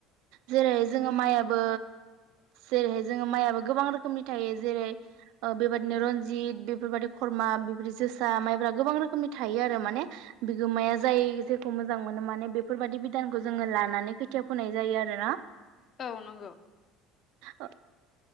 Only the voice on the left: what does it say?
औ नंगौ ।